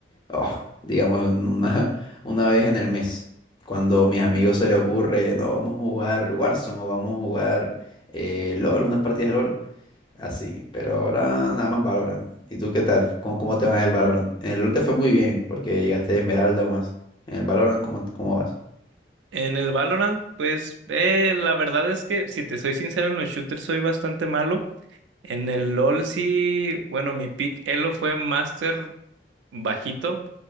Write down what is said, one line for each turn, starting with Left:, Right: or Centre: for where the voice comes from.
Left: oh, digamos en una, <laughs> una vez en el mes, cuando a mis amigos se les ocurre, no, vamos a jugar Warzone o vamos a jugar eh, LOL, unas partidas de LOL, así. Pero ahora nada más Valorant. ¿Y tú qué tal? ¿Cómo, cómo te va en el Valorant? En el LOL te fue muy bien porque llegaste de Esmeralda o más. En el Valorant, ¿cómo, cómo vas?
Right: En el Valorant, pues eh, la verdad es que si te soy sincero en los shooters soy bastante malo. En el LoL sí, bueno, mi pick Elo fue Master bajito